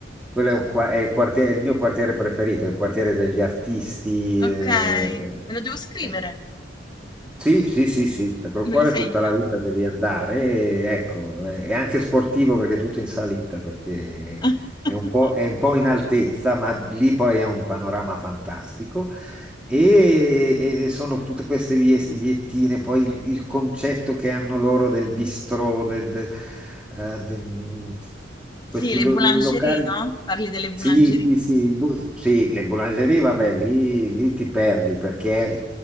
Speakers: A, in the centre; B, on the left.
A: Quello è, un qua- è il quartiere- è il mio quartiere preferito, è il quartiere degli artisti.
B: okay.
A: eh,
B: Me lo devo scrivere,
A: eh, sì, sì, sì, sì, Sacro
B: me
A: Cuore
B: lo segno.
A: tutta la vita devi andare, e, ecco, eh, è anche sportivo perché è tutto in salita, perché
B: <laughs>
A: è un po', è un po' in altezza, ma lì poi è un panorama fantastico e, e sono tutte queste vie- viettine, poi il, il concetto che hanno loro del bistrò, del, del- eh, del-
B: Sì,
A: questi
B: le
A: lo-
B: boulangerie,
A: locali.
B: no, parli delle boulangerie.
A: Sì, sì, sì, il bu- sì, le boulangerie, vabbè, lì, lì ti perdi perché